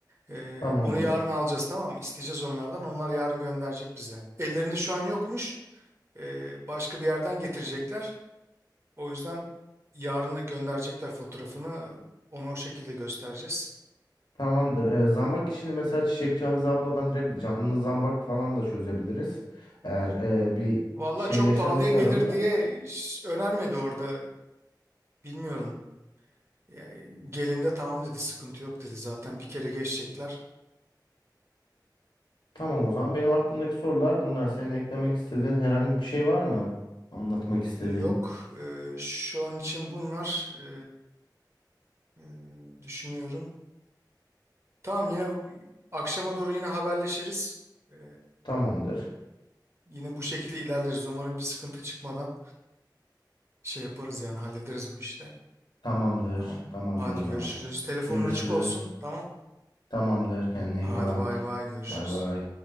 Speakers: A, on the right; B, on the left.
A: E,
B: Tamamdır.
A: onu yarın alacağız tamam mı? İsteyeceğiz onlardan. Onlar yarın gönderecek bize. Ellerinde şu an yokmuş. E, başka bir yerden getirecekler. O yüzden yarın gönderecekler fotoğrafını. Ona o şekilde göstereceğiz.
B: Tamamdır. Ee, zambak işini mesela Çiçekçi Hafize abladan direkt canlı zambak falan da çözebiliriz. Eğer e, bir
A: Valla
B: şey
A: çok
B: yaşanırsa
A: pahalıya gelir
B: aranızda.
A: diye hiç önermedi orada. Bilmiyorum. Yani gelin de tamam dedi sıkıntı yok dedi zaten bir kere geçecekler.
B: Tamam o zaman. Benim aklımdaki sorular bunlar. Senin eklemek istediğin herhangi bir şey var mı? Anlatmak istediğin.
A: Yok. e, şu an için bunlar e, e, düşünüyorum. Tamam yine bu- akşama doğru yine haberleşiriz. E,
B: Tamamdır.
A: yine bu şekilde ilerleriz. Umarım bir sıkıntı çıkmadan şey yaparız yani hallederiz bu işte.
B: Tamamdır.
A: Tamam.
B: Tamamdır
A: Hadi
B: o
A: görüşürüz.
B: zaman.
A: Telefonun
B: Görüşürüz.
A: açık olsun. Tamam.
B: Tamamdır kendine
A: Hadi
B: iyi bak.
A: bay bay görüşürüz.
B: Bay bay.